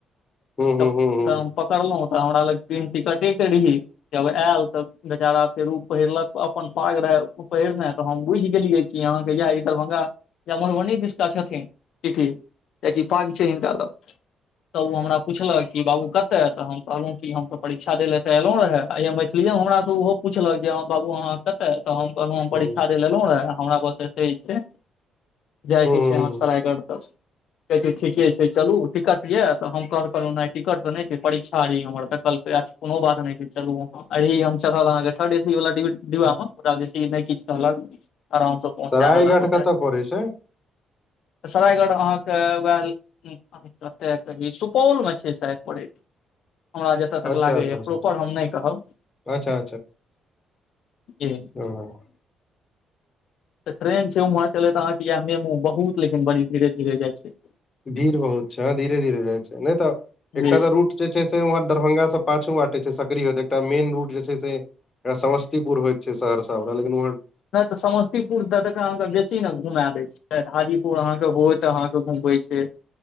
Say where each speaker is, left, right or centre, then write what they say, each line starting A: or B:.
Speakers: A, on the left; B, on the left.
A: हू हू
B: तऽ
A: हूँ हूँ
B: तऽ हम पकड़लहुं तऽ हमरा लग तीन टिकटे के रहि जब आयल तऽ बेचारा फेर ओ पहिरलक अपन पाग रहय पहिरना तऽ हम बुझ गेलियै छी अहाँके या दरभंगा या मधुबनी दिशका छथिन पिथि किया कि पाग छै हिनका लग तऽ ओ हमरा पुछलक कि बाबू कतय तऽ हम कहलहुँ कि हम त परीक्षा देलेय एत एलो रहे आ हमेए सुलिए हमरासँ ओहो पुछलक जे बाबू अहाँ कते तऽ हम कहलहु हम
A: हूँ
B: परीक्षा दै लेल एलहुँ रहै हमरा बस एसे छै जाइके
A: हूँ
B: छै
A: हूँ
B: यहाँ
A: हूँ
B: सरायगढ़ तक कहै छै ठीके छै चलू टिकट यै तऽ हम कहलहुँ नहि टिकट तऽ नहि छै परीक्षा हमर वकल्प कोनो बात नहि छै अभि हम चढ़ब थर्ड एसी वाला ई नहि किछु कहलक आरामसँ पहुँचा
A: सरायघाट
B: देलक ओते
A: कतऽ पड़ै छै
B: सरायगढ़ अहाँके वएह अतय कही सुपौल में छै शायद पड़ैत हमरा जतय तक
A: अच्छा
B: लागैए
A: अच्छा अच्छा
B: प्रॉपर
A: अच्छा
B: हम नहि कहब
A: अच्छा
B: जी
A: ह <inaudible>
B: तऽ ट्रेन छै उम्हर चलैत अहाँके इया ने मेमो बहुत लेकिन बड़ी धीरे धीरे जाइ छै
A: भीड़ बहुत छै हँ धीरे धीरे जाइ छै नहि तऽ
B: जी
A: एकटा तऽ रूट जे छै से वहाँ दरभंगा स पाछू बाटे छै सकरी होइत एकटा मेन रूड जे छै से एकटा समस्तीपुर होइ छै सहरसा ओ लेकिन ओर
B: नहि तऽ समस्तीपुर द देका अहाँ सब जे चि ने घुमा दै छै हाजीपुर अहाँके होत अहाँके घुमबै छै